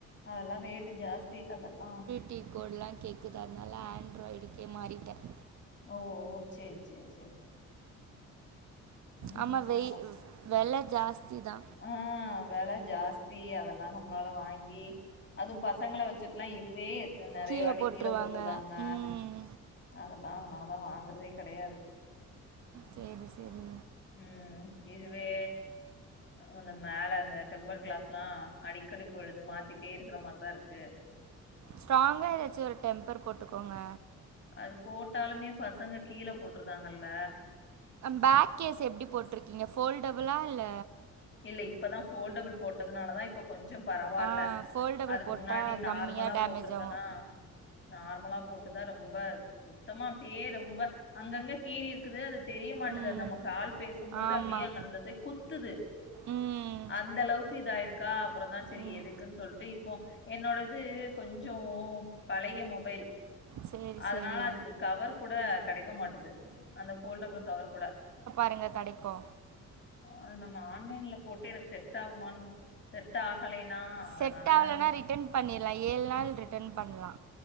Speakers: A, on the left; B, on the right.
A: அதெல்லாம் ரேட்டு ஜாஸ்தி அதெல்லாம்
B: டீ கோட்லாம் கேக்குது அதனால ஆண்ட்ராய்டுக்கே மாறிட்டேன்
A: ஓ சேரி சேரி சேரி ம்
B: ஆமா வெய் வெல ஜாஸ்திதா
A: ம் வெல ஜாஸ்தி அதெல்லா நம்மளால வாங்கி அது பசங்கள வச்சுட்டுல்லா இதுவே எத் நெறய
B: கீழே
A: வாட்டி
B: போட்டுருவாங்க
A: கீழ போட்டுருதாங்க
B: ம்
A: அதெல்லா அதனாலதா வாங்கறதே கெடயாது
B: சேரி செரி
A: ம் இதுவே அந்த மேல அந்த டெம்பர் கிளாஸ்லா அடிக்கடி போய்டுது மாத்திட்டே இருக்கற மாறி தா இருக்கு
B: ஸ்ட்ராங்கா எதாச்சி ஒரு டெம்பர் போட்டுக்கோங்க
A: அது போட்டாலுமே பசங்க கீழ போட்டுருதாங்கல்ல
B: பேக் கேஸ் எப்டி போட்ருக்கீங்க ஃபோல்டபுளா இல்ல
A: இல்ல இப்பதா ஃபோல்டபிள் போட்டதுனால தா இப்போ கொஞ்சோ பரவால்ல
B: ஆ ஃபோல்டபுள்
A: அதுக்கு
B: போட்டால்
A: முன்னாடி நார்மலா
B: கம்மியாக டேமேஜ்
A: போட்டிருந்தனா
B: ஆகும்
A: நார்மலா போட்டுதா ரொம்ப சுத்தமா அப்டியே ரொம்ப அங்கங்க கீறி இருக்குது அது தெரிய மாட்டுது
B: ம்
A: அ நம்ம கால் பேசும்போது
B: ஆமாம்
A: அப்டியே அங்க அந்த சைட் குத்துது
B: ம்
A: அந்த அளவுக்கு இதாயிருக்கா அப்பறந்தா செரி
B: ம்
A: எதுக்குன்னு சொல்ட்டு இப்போ என்னோட இது கொஞ்சோ பழைய மொபைல்
B: சரி
A: அதனால
B: சரி
A: அதுக்கு கவர் கூட கெடைக்க மாட்டுது அந்த ஃபோல்டபிள் கவர் கூட
B: எங்க கெடைக்கு
A: அது நம்ம ஆன்லைன்ல போட்டு எனக்கு செட் ஆகுமான்னு செட் ஆகலைன்னா அதனால
B: செட் ஆகலைன்னா
A: நா
B: ரிட்டன் பண்ணிர்லா ஏழு நாள் ரிட்டன் பண்லா